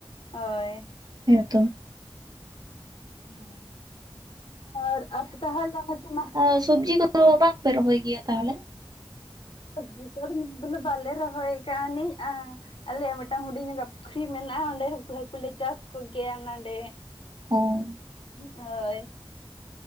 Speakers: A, on the left (about 70°); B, on the right (about 45°).
A: ᱦᱚᱭ
B: ᱦᱮᱸ ᱛᱚ᱾
A: ᱱᱚᱜᱚᱭ ᱟᱨ ᱟᱯᱮ ᱛᱟᱦᱚᱞᱮ <unintelligible>
B: ᱟᱨ ᱥᱚᱵᱡᱤ ᱠᱚ ᱛᱚ ᱵᱟᱝᱯᱮ ᱨᱚᱦᱚᱭ ᱜᱮᱭᱟ ᱛᱟᱦᱚᱞᱮ
A: <unintelligible> ᱵᱟᱞᱮ ᱨᱚᱦᱭ ᱠᱟ ᱱᱤᱜ-ᱟ ᱟᱞᱮᱭᱟᱜ ᱢᱤᱫᱴᱟᱝ ᱦᱩᱰᱤᱧᱚᱜᱟᱜ ᱯᱩᱠᱷᱨᱤ ᱢᱮᱱᱟᱜᱼᱟ ᱚᱸᱰᱮ ᱦᱟᱹᱠᱩ ᱠᱩᱞᱮ ᱪᱟᱥ ᱠᱚᱜᱮᱭᱟ ᱱᱚᱰᱮ।
B: ᱦᱚᱸ
A: ᱦᱳᱭ